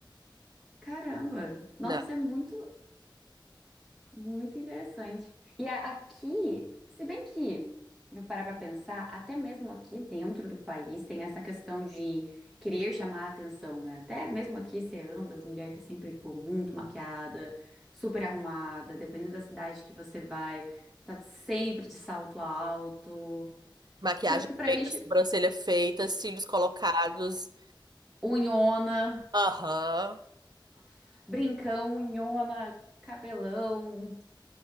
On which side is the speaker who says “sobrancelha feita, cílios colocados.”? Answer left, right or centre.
Right